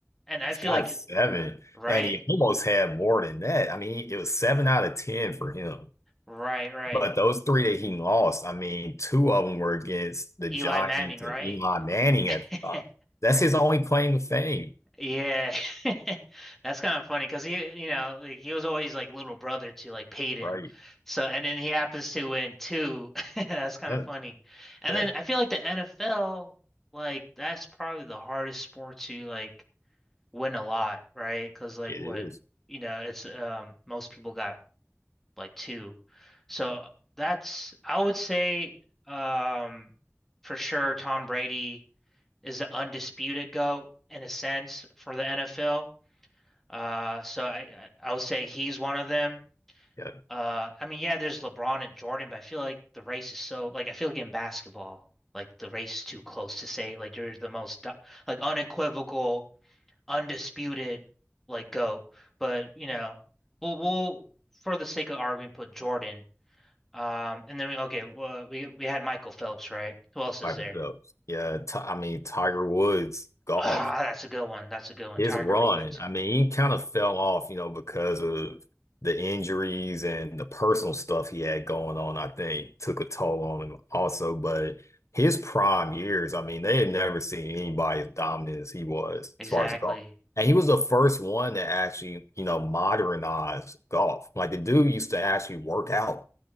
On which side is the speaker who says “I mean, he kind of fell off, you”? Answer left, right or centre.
Left